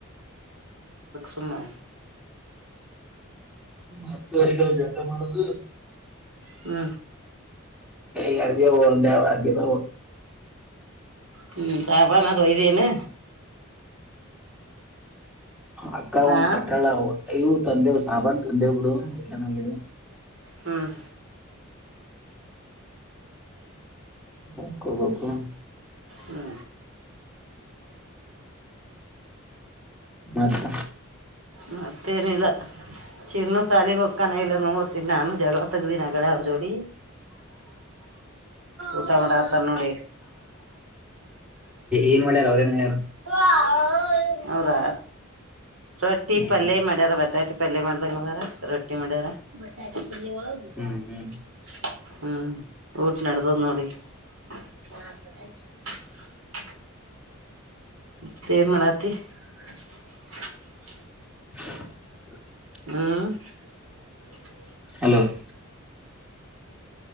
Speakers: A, on the right; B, in the centre.
A: ಸಮಯ
B: ಹತ್ತು ಅ ಕ ಜತ ಮಾಡೋದು
A: ಹ್ಮ
B: ಯಾರಗ ಒ ಅರ್ಗೆದ
A: ಹ್ಮ್ ಚಾಬ ನ ದಹ ದನು.
B: ಅಕ್ಕ ಒಂಗ್
A: ಹಾ
B: ಕೊಟ್ಟಾಳ ಇವು ತಂದೆವು ಸಾಬಾು ತಂದೆವ್ ಬಿಡು ಚನ್ನಾಗ.
A: ಹ್ಮ್.
B: ಹಕ ಬಕು.
A: ಹ್ಮ.
B: ಮತ.
A: ಮತ್ತೇನಿಲ್ಲ ಚಿಣ ಸಾಲಿಗೆ ಹೋಗಕ್ಕಾನ ಇಲ್ಲ ನೋಡ್ತೀನಿ ನಾನು. ಜತ್ತಗ್ದಿನಳ ಒಂದೋರಿ. ಊಟ ಮಾಡ ಆತಾರ ನೋಡಿ.
B: ಏನ್ ಮಾಡ್ಯಾರ ಅವ್ರೇನ್ ಮಾಡ್ಯಾರ
A: ಹ. ಅವರ ರೊಟ್ಟಿ
B: ಹ್ಮ್
A: ಪಲ್ಯ ಮಾಡ್ಯಾರ ಬಟಾಟಿ. ಪಲ್ಯ ಮಾಡ್ ದಂಗೆ ಅದರ, ರೊಟ್ಟಿ ಮಾಡರ? <unintelligible>
B: ಹ್ಮ್ ಹ್ಮ್
A: ಹ್ಮ್, ಊಟಿನಡುತಂದೋಡಿ. <unintelligible> ಮತ್ತೆ, ಏನ್ ಮಾಡಾತಿ. <inaudible>
B: <unintelligible> <inaudible>
A: ಹೂ. <inaudible>
B: ಹಲೋ. <inaudible>